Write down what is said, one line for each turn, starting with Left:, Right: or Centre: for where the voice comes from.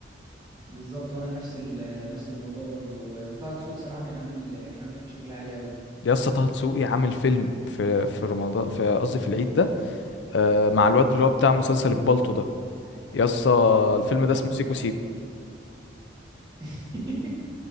Right: بالظبط وانا نفس ال- نفس الموضوع برضو و- وطه دسوقي صراحه كان عامل كان عامل فيه شغل عالي قوي
Left: يا اسطى طه دسوقي عامل فيلم في في رمضان في قصدي في العيد ده آه، مع الواد اللي هو بتاع مسلسل البالطو ده يا اسطى الفيلم
Right: اه
Left: ده اسمه سيكو سيكو
Right: <laughs>